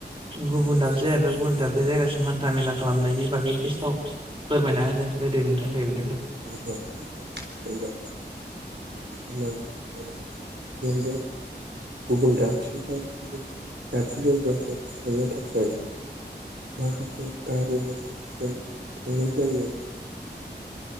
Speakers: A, on the right; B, on the right.
A: गुबुन दाबसे गुबुन दाबसे जायगासिम हान्था मेला खालामनायनि बागै एसे साव फोरमायना होदो होदो नोंथां दे बिदिब्ला
B: <unintelligible> <unintelligible> गुबुन दाबसे गुबुन दाबसे जायगायाव जों थांनो थाखाय माखासे गारि मटरफोरजों थांनाय जायो